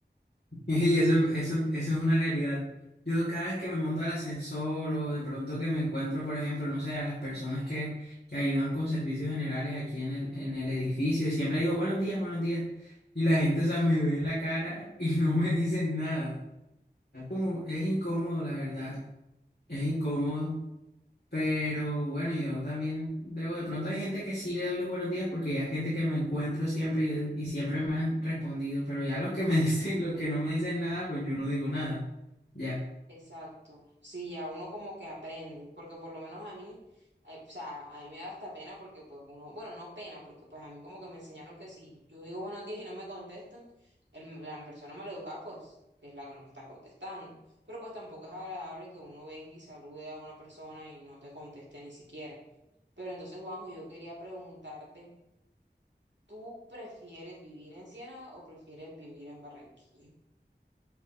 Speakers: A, on the left; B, on the right.
A: <laughs> Y eso, eso, eso es una realidad. Yo cada vez que me monto al ascensor o de pronto que me encuentro, por ejemplo, no sé, a las personas que, que ayudan con servicios generales aquí en el, en el edificio y siempre digo buenos días, buenos días. Y la gente, o sea, me ve la cara y <laughs> no me dicen nada. Como, es incómodo, la verdad. Es incómodo. Pero bueno, yo también debo, de pronto hay gente que sí le doy los buenos días porque ya hay gente que me encuentro siempre y, y siempre me han respondido, pero ya los que me <laughs> dicen, los que no me dicen nada, pues yo no digo nada. Ya.
B: Exacto. Sí, ya uno como que aprende, porque por lo menos a mí, eh, o sea, a mí me da hasta pena porque pues uno, bueno, no pena, porque pues a mí como que me enseñaron que si yo digo buenos días y no me contestan, el- la persona maleducada pues es la que no me está contestando. Pero pues tampoco es agradable que uno venga y salude a una persona y no te conteste ni siquiera. Pero entonces, Juanjo, yo quería preguntarte, ¿tú prefieres vivir en Siena o prefieres vivir en Barranquilla?